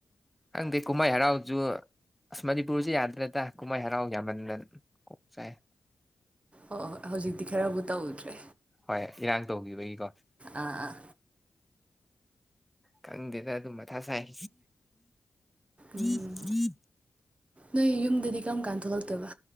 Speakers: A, in the centre; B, on the right.
A: ꯈꯪꯗꯦ ꯀꯨꯝꯍꯩ ꯍꯔꯥꯎꯖꯨ ꯑꯁ ꯃꯅꯤꯄꯨꯔꯖꯦ ꯌꯥꯗ꯭ꯔꯦꯗ ꯀꯨꯝꯍꯩ ꯍꯔꯥꯎ ꯌꯥꯝꯃꯟꯗꯅ ꯀꯣꯛꯆꯥꯛꯑꯦ꯫
B: ꯑꯣ ꯍꯣꯏ ꯍꯧꯖꯤꯛꯇꯤ ꯈꯔꯕꯨ ꯇꯧꯗ꯭ꯔꯦ꯫
A: ꯍꯣꯏ ꯏꯔꯥꯡ ꯇꯧꯒꯤꯕꯒꯤꯀꯣ꯫
B: ꯑꯥ ꯑꯥ
A: ꯀꯪꯗꯦꯗ ꯑꯗꯨꯝ ꯃꯊꯥ ꯁꯥꯏ꯫ <unintelligible>
B: ꯎꯝ ꯅꯣꯏ ꯌꯨꯝꯗꯗꯤ ꯀꯔꯝ ꯀꯥꯟ ꯊꯣꯛꯂꯛꯇꯣꯏꯕ꯫